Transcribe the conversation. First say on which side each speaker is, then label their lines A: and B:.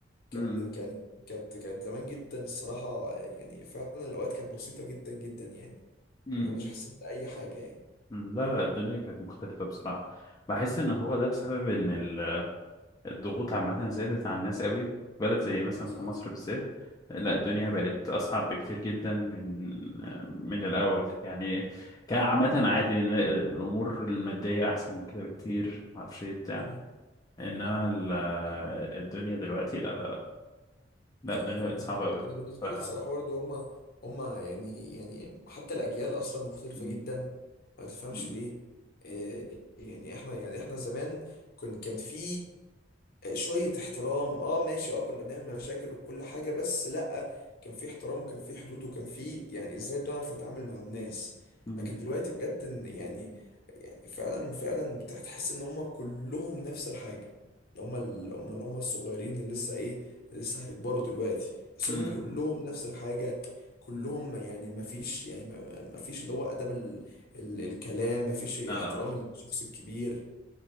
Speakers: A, on the left; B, on the left.
A: كان
B: امم
A: كان كانت كانت زمان جدا الصراحة يعني فعلا الأوقات كانت بسيطة جدا جدا يعني
B: امم
A: ما كناش حاسين بأي حاجة يعني
B: لا لا الدنيا كانت مختلفة بصراحة بحس
A: امم
B: ان هو ده بسبب ان ال- الضغوط عامة زادت على الناس قوي في بلد زي مثلا
A: صح
B: في مصر بالذات لا الدنيا
A: امم
B: بقت اصعب بكتير جدا من من الاول يعني كان
A: صح
B: عامة عادي إن الامور المادية احسن من كده بكتير ما اعرفش ايه بتاع
A: امم
B: انما ال-
A: صح
B: الدنيا دلوقتي لا لا لا لا
A: صح
B: الدنيا
A: والله
B: بقت صعبة
A: انا
B: قوي
A: أنا بالنسبه
B: ف...
A: لي الصراحه برضه هم هم يعني يعني حتى الاجيال اصلا مختلفه
B: مم.
A: جدا ما تفهمش
B: مم.
A: ليه إيه يعني احنا يعني احنا زمان كان كان في شويه احترام اه ماشي اه كنا بنعمل مشاكل وكل حاجه بس لا كان في احترام وكان في حدود وكان في يعني ازاي بنعرف نتعامل مع الناس
B: مم.
A: لكن دلوقتي بجد إن يعني يعني فعلا فعلا بتحس ان هم كلهم نفس الحاجه اللي هم اللي هم اللي هم الصغيرين اللي لسه ايه لسه هيكبروا دلوقتي بس
B: مم.
A: هم كلهم نفس الحاجة كلهم يعني ما فيش يعني ما ما فيش اللي هو آداب ال... ال... الكلام ما فيش احترام
B: لا لا ماشي
A: الشخص الكبير